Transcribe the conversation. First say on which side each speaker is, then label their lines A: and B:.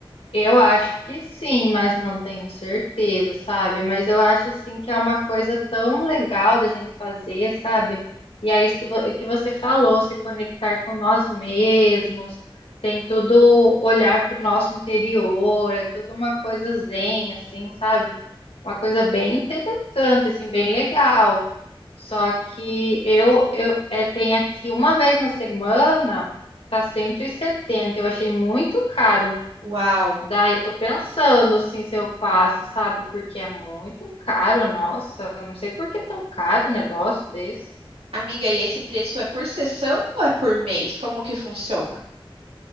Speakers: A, on the left (about 75°); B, on the right (about 85°).
A: Eu acho que sim, mas não tenho certeza, sabe? Mas eu acho assim que é uma coisa tão legal da gente fazer, sabe? E é isso que, vo- que você falou, se conectar com nós mesmos, tem tudo olhar para o nosso interior, é tudo uma coisa zen, assim, sabe? Uma coisa bem interessante, assim, bem legal. Só que eu, eu é, tenho aqui uma vez na semana, tá 170, eu achei muito caro.
B: Uau!
A: Daí eu tô pensando assim se eu faço, sabe? Porque é muito caro, nossa, não sei por que é tão caro um negócio desse.
B: Amiga, e esse preço é por sessão ou é por mês? Como que funciona?